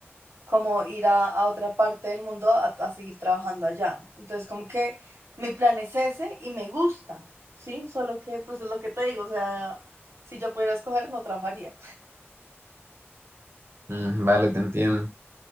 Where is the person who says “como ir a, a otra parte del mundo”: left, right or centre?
Right